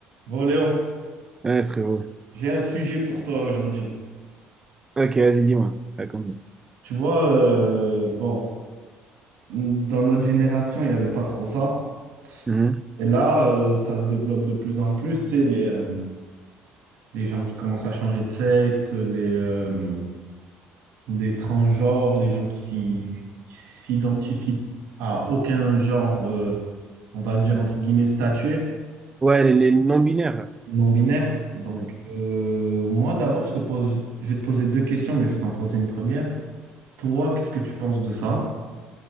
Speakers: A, on the right (about 75°); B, on the right (about 15°).
A: Bon, Léon,
B: Ouais, frérot.
A: j'ai un sujet pour toi aujourd'hui.
B: Ok, vas-y, dis-moi. Raconte-moi.
A: Tu vois, euh, bon, dans notre génération, il n'y avait pas trop ça.
B: Mhm.
A: Et là, euh, ça se développe de plus en plus. Tu sais, les, euh, les gens qui commencent à changer de sexe, les, euh, les transgenres, les gens qui s'y- qui s'identifient à aucun genre, euh, on va dire entre guillemets, statué,
B: Ouais, les, les non-binaires, là.
A: non-binaire. Donc,
B: Ouais.
A: euh, moi, d'abord, je te pose, je vais te poser deux questions, mais je vais t'en poser une première. Toi, qu'est-ce que tu penses de ça?